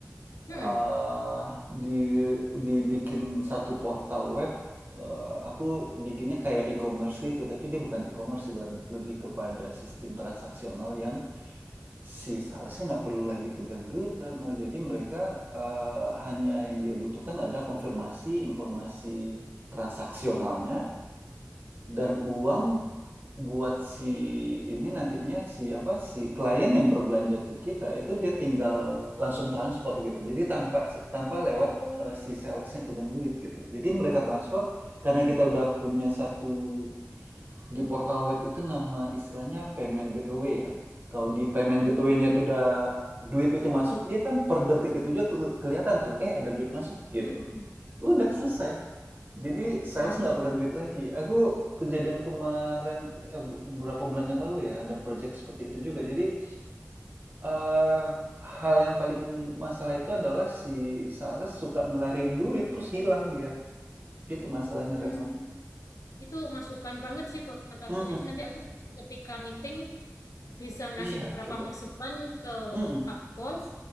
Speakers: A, on the left; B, on the right.
A: Mm-mm.
B: eh, di dibikin satu portal web eh, aku bikinnya kayak e-commerce gitu tapi dia bukan e-commerce sih, lebih kepada sistem transaksional yang si salesnya nggak perlu lagi pegang duit no jadi mereka eh, hanya yang dia butuhkan ada konfirmasi informasi transaksionalnya dan
A: Mm-mm.
B: uang buat si ini nantinya si apa si klien yang berbelanja ke kita itu dia tinggal langsung transfer gitu. Jadi tanpa tanpa lewat
A: Oh.
B: eh, si salesnya pegang duit gitu. Jadi mereka transfer karena kita udah punya satu di portal web itu nama istilahnya payment gateway ya. Kalau di payment
A: Mm-mm.
B: gateway-nya itu udah duit itu masuk, dia kan per detik itu juga kelihatan tuh, eh ada duit masuk gitu.
A: Mm-mm.
B: Udah selesai. Jadi
A: Oh
B: sales
A: iya iya.
B: nggak pegang duit lagi. Aku kejadian kemarin eh, beberapa bulan yang lalu ya ada project seperti itu juga. Jadi eh, hal yang paling masalah itu adalah si sales suka ngelarin duit terus hilang dia. Itu masalahnya
A: Hmm.
B: Retno.
A: Itu masukan banget sih buat aku.
B: Mm-mm.
A: Jadi nanti aku ketika meeting bisa ngasih
B: Iya,
A: beberapa
B: coba.
A: masukan ke
B: Mm-mm.
A: Pak Bos